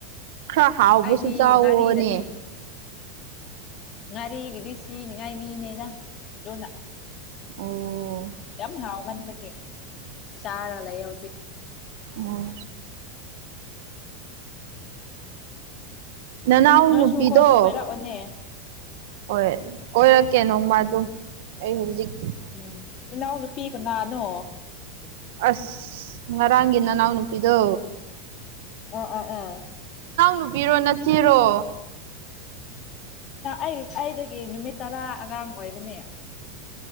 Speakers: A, on the right; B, on the left.
A: ꯈꯔ ꯍꯥꯎꯕꯁꯨ
B: ꯑꯩꯗꯤ
A: ꯆꯥꯎꯋꯣꯅꯦ
B: ꯉꯥꯔꯤꯗꯗꯤ ꯉꯥꯔꯤ ꯒꯤꯗꯤ ꯁꯤꯅꯤꯉꯥꯏ ꯃꯤꯅꯦꯅ ꯑꯗꯨꯅ
A: ꯑꯣ
B: ꯌꯥꯝ ꯍꯥꯎꯃꯟꯕꯒꯤ ꯆꯥꯔ ꯂꯩ ꯍꯧꯖꯤꯛ
A: ꯑꯣ ꯅꯅꯥꯎ
B: ꯅꯣꯏꯁꯨ
A: ꯅꯨꯄꯤꯗꯣ
B: ꯑꯩꯈꯣꯏꯗ ꯀꯣꯏꯔꯛꯑꯣꯅꯦ
A: ꯍꯣꯏ ꯀꯣꯏꯔꯛꯀꯦ ꯅꯣꯡꯃꯗ ꯑꯩ ꯍꯧꯖꯤꯛ
B: ꯎꯝ ꯏꯅꯥꯎ ꯅꯨꯄꯤ ꯀꯅꯥꯅꯣ
A: ꯑꯁ ꯉꯔꯥꯡꯒꯤ ꯅꯅꯥꯎꯅꯨꯄꯤꯗꯣ
B: ꯑꯥ ꯑꯥ ꯑꯥ
A: ꯅꯨꯄꯤꯔꯣ ꯅꯆꯦꯔꯣ
B: ꯑꯩ ꯑꯩꯗꯒꯤ ꯅꯨꯃꯤꯠ ꯇꯔꯥ ꯑꯉꯥꯡ ꯑꯣꯏꯕꯅꯦ